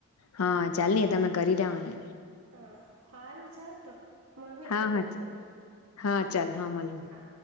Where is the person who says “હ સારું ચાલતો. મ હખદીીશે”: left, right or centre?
Right